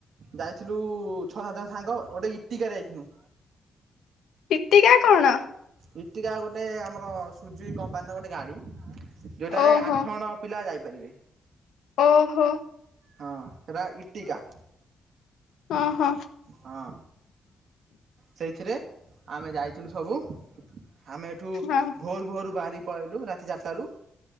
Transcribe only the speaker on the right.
ଯାଇଥିଲୁ ଛଅ ସାତ ଜଣ ସାଙ୍ଗ, ଗୋଟେ ଇଟିକାରେ ଯାଇଥିଲୁ।
ଇଠିକା ଗୋଟେ ଆମର ସୁଜିକି କମ୍ପାନୀର ଗୋଟେ ଗାଡି। ଯେଉଁଠାରେ
ଆଠ ଜଣ ପିଲା ଯାଇପାରିବେ।
ହଁ ହେରା ଇଟିକା।
ହଁ ସେଇଥିରେ ଆମେ ଯାଇଥିଲୁ ସବୁ ଆମେ ଏଠୁ
ଭୋରୁ ଭୋରୁ ବାହାରି ପଲେଇଲୁ ରାତି ଟି ଚାରି ଟାରୁ